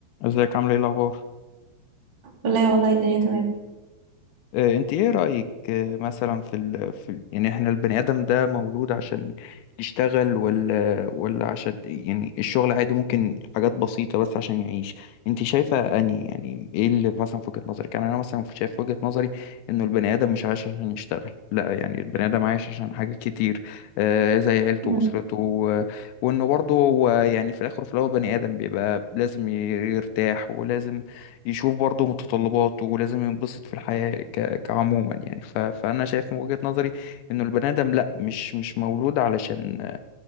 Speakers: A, on the left (about 80°); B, on the right (about 30°).
A: ازيك عامل ايه الاخبار
B: لا والله الدنيا تمام
A: آه، انت ايه رايك آه، مثلا في ال... في ال... يعني احنا البني ادم ده مولود عشان يشتغل ولا ولا عشان يعني الشغل عادي ممكن حاجات بسيطه بس عشان يعيش انت شايفه انهي يعني ايه اللي مثلا في وجهه نظرك يعني انا مثلا شايف في وجهه نظري انه البني ادم مش عايش عشان يشتغل لا يعني البني ادم عايش عشان حاجات كتير آه، زي عيلته
B: مم.
A: واسرته و... وانه برضه هو يعني في الاخر وفي الاول بني ادم بيبقى لازم يرتاح ولازم يشوف برضه متطلباته ولازم ينبسط في الحياة ك... كعموما يعني ف... فأنا شايف من وجهة نظري إنه البني آدم لأ مش مش مولود علشان